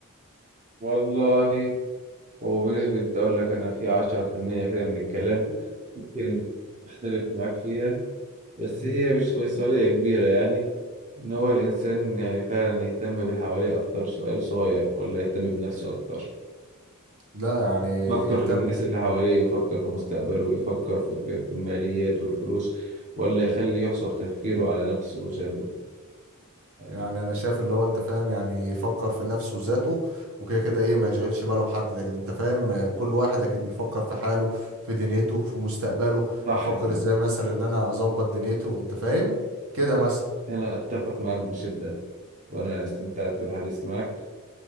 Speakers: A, on the right; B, on the right.
A: والله هو بنسبة أقول لك أنا في عشرة في المية كده من الكلام ممكن أختلف معاك فيها بس
B: مم.
A: هي مش فيصلية كبيرة يعني إن هو الإنسان يعني فعلا يهتم بالحواليه أكتر سؤال صغير ولا يهتم بنفسه أكتر
B: لا يعني
A: يفكر
B: يهتم
A: في الناس اللي حواليه ويفكر في مستقبله ويفكر في, في, في الماليات والفلوس ولا يخلي يحصر تفكيره على نفسه وذاته يعني
B: يعني انا شايف اللي هو انت فاهم يعني يفكر في نفسه وذاته وكده كده ايه ما يشغلش باله بحد لان انت فاهم آه، كل واحد اكيد بيفكر في حاله في دنيته في مستقبله
A: صح
B: يفكر
A: كده
B: ازاي مثلا ان انا اظبط دنيته وانت فاهم كده مثلا
A: أنا أتفق معك بشدة وأنا استمتعت بالحديث معك